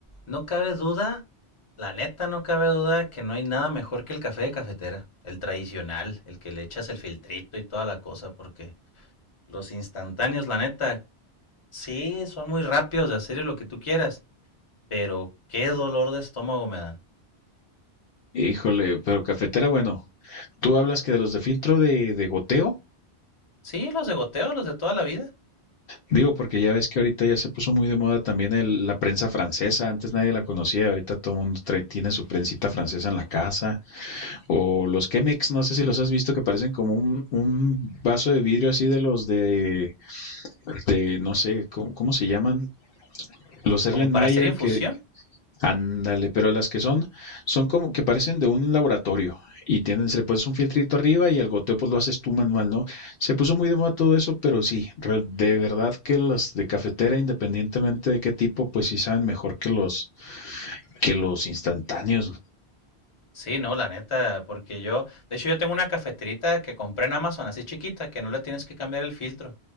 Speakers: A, on the left; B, on the left.
A: No cabe duda, la neta no cabe duda que no hay nada mejor que el café de cafetera, el tradicional, el que le echas el filtrito y toda la cosa, porque los instantáneos, la neta, sí, son muy rápidos de hacer y lo que tú quieras, pero qué dolor de estómago me dan.
B: Híjole, pero cafetera, bueno, tú hablas que de los de filtro de, de goteo,
A: Sí, los de goteo, los de toda la vida,
B: digo, porque ya ves que ahorita ya se puso muy de moda también el- la prensa francesa, antes nadie la conocía, ahorita todo el mundo trae- tiene su prensita francesa en la casa, o los Chemex, no sé si los has visto que parecen como un, un vaso de vidrio así de los de, de no sé, ¿cómo, cómo se llaman? Los Erlenmeyer
A: como para hacer infusión.
B: que, Ándale, pero las que son, son como que parecen de un laboratorio y tienen, se le pones un filtrito arriba y el goteo pues lo haces tú manual, ¿no? Se puso muy de moda todo eso, pero sí, re- de verdad que las de cafetera, independientemente de qué tipo, pues sí saben mejor que los, que los instantáneos.
A: Sí, no, la neta, porque yo, de hecho yo tengo una cafeterita que compré en Amazon, así chiquita, que no le tienes que cambiar el filtro,